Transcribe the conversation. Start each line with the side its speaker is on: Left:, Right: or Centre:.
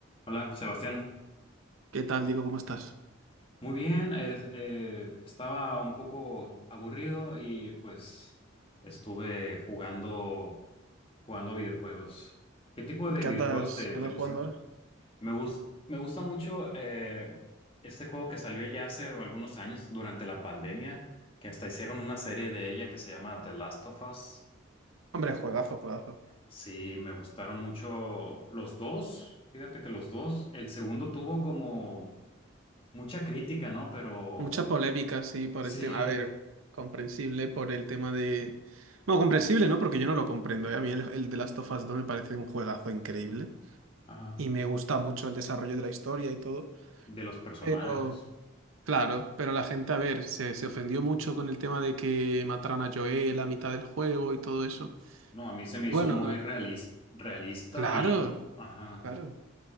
Left: Hola, Sebastián.
Right: ¿Qué tal, Diego? ¿Cómo estás?
Left: Muy bien, es- eh, estaba un poco aburrido y pues estuve jugando, jugando videojuegos. ¿Qué tipo de
Right: ¿Qué
Left: videojuegos
Right: andas,
Left: te,
Right: qué
Left: te
Right: andas
Left: gustan?
Right: jugando ahora?
Left: Me gus- me gusta mucho eh, este juego que salió ya hace algunos años durante la pandemia, que hasta hicieron una serie de ella que se llama The Last of Us.
Right: Hombre, juegazo, juegazo.
Left: Sí, me gustaron mucho los dos. Fíjate que los dos, el segundo tuvo como mucha crítica, ¿no? Pero
Right: Mucha polémica, sí, por
Left: Sí,
Right: el tema. A ver, comprensible por el tema de. Bueno, comprensible, ¿no? Porque yo no lo comprendo. ¿eh? A mí el, el The Last of Us 2 me parece un juegazo increíble.
Left: ajá.
Right: Y me gusta mucho el desarrollo de la historia y todo.
Left: De los personajes.
Right: Pero, claro, pero la gente, a ver, se, se ofendió mucho con el tema de que mataran a Joel a mitad del juego y todo eso.
Left: No, a mí se me
Right: Bueno,
Left: hizo muy realis- realista
Right: claro,
Left: y, ajá.
Right: claro.